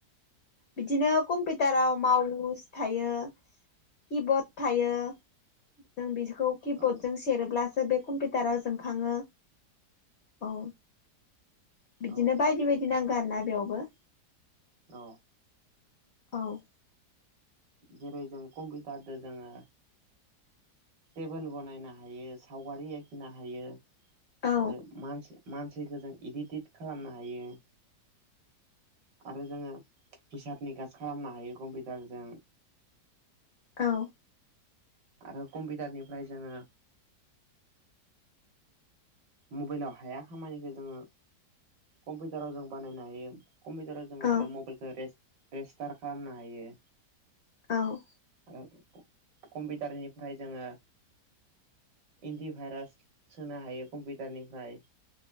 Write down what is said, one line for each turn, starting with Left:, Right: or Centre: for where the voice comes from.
Left: बिदिनो कम्पिटाराव माउस थायो किबर्ड थायो। जों बिजखौ किबर्डजों
Right: औ
Left: सेरोब्लासो बे कम्पिउटारा जोंखाङो औ
Right: औ
Left: बिदिनो बायदि बायदि नांगो आरो ना बेयावबो
Right: अ
Left: औ
Right: जेरै जों कम्पिटारदो जोङो टेबोल बनायनो हायो सावगारि आखिनो हायो
Left: औ
Right: आरो मानसि - मानसिखो जों इदिटिट खालामनो हायो आरो जोङो हिसाब निगास खालामनो हायो कम्पिटारजों
Left: औ
Right: आरो कम्पिटार निफ्राय जोङो मबाइलाव हाया खामानिखो जोङो कम्पिउटाराव जों बानायनो हायो। कम्पिउटाराव जों
Left: औ
Right: आरो मबाइलखो रेज - रेस्टार खालामनो हायो
Left: औ
Right: <unintelligible> कम्पिटारनिफ्राय जोङो एन्टिभाइरास सोनो हायो कम्पिटारनिफ्राय